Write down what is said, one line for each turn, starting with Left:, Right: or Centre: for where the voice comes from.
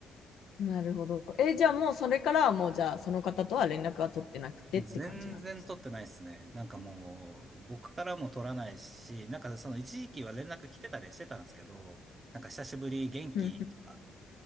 Left: なるほど。え、じゃあもうそれからはもうじゃあその方とは連絡は取ってなくてって感じなんです。
Right: 全然取ってないですね。なんかもう、僕からも取らないし、なんかその一時期は連絡来てたりはしてたんですけど、なんか久しぶり元気とか、
Left: <laughs> うんう